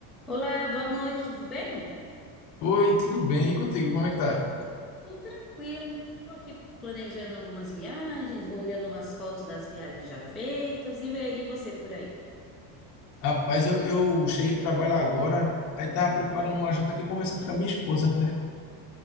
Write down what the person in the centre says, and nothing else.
Olá, boa noite, tudo bem?
Tudo tranquilo. Estou aqui planejando algumas viagens, vou olhando umas fotos das viagens já feitas e, e você por aí?